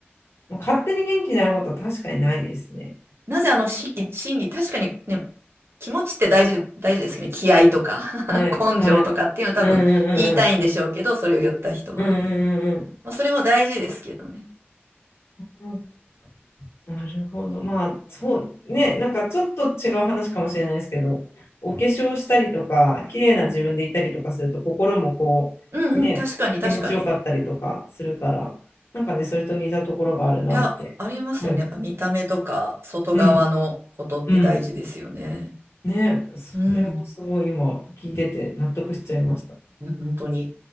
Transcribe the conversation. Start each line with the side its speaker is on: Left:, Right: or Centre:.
Left: まあ勝手に元気になることは確かにないですね。
Right: なぜあの心技、心技、確かにね、気持ちって大事で、大事ですけどね、気合とか
Left: はいはい。
Right: <laughs> 根性とかっていうのは多分言いたいんでしょうけど、
Left: うんうんうん
Right: それを言った人は。
Left: うんうんうん
Right: まあそれも大事ですけどね。
Left: うんうん。なるほど。まあそうね、なんかちょっと違う話かもしれないですけど、お化粧したりとか、綺麗な自分でいたりとかすると、
Right: うん。
Left: 心もこう、
Right: うんうん、
Left: ね、
Right: 確かに確かに。
Left: 気持ちよかったりとかするから、なんかね、それと似たところがあるなって。
Right: いや、ありますよね。
Left: はい。
Right: やっぱ見た目とか、外側のことって大事ですよね。
Left: うんうん。ね、それをすごい今聞いてて納得しちゃいました。
Right: うん。いや本当に。